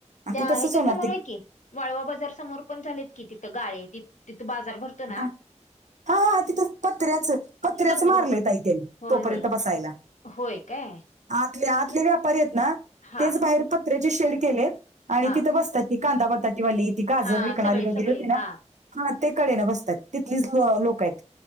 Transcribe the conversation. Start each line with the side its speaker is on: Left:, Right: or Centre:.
Right: आणि
Left: त्या
Right: ते तसंच
Left: ह्याच्या
Right: होणार
Left: समोर
Right: ते
Left: आहे की. वाळवा बाजार समोर पण झालेत कि तिथं गाळे. तिथं बाजार भरतो ना?
Right: हा हा. ह तिथं कत्र्याच कतऱ्याच
Left: केवढ
Right: मारले ताई तेनी
Left: होय
Right: तोपर्यंत
Left: होय
Right: बसायला.
Left: होय काय?
Right: आतले आतले व्यापारी आहेत ना?
Left: हा
Right: तेच बाहेर पत्र्याचे शेड केलेत आणि
Left: हा
Right: तिथं बसताय ते. कांदा बटाटे वाली, ती गाजर
Left: हा
Right: विकणारी
Left: सगळे
Right: वगैरे
Left: सगळे
Right: होते ना?
Left: हा
Right: हा. ते कडेला बस- तात. तिथलीच लोक आहेत.